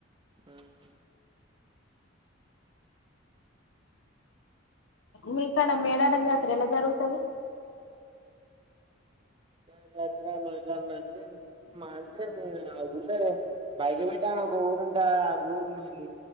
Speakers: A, on the right; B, on the left.
A: ఉహూ
B: మీక్కడ మేడారం జాతర ఎలా జరుగుతాది
A: అంటే <unintelligible> మా అంటే <unintelligible> ఊళ్ళే బైకి పెట్టా ఒక ఊరుంటా ఊరుకున్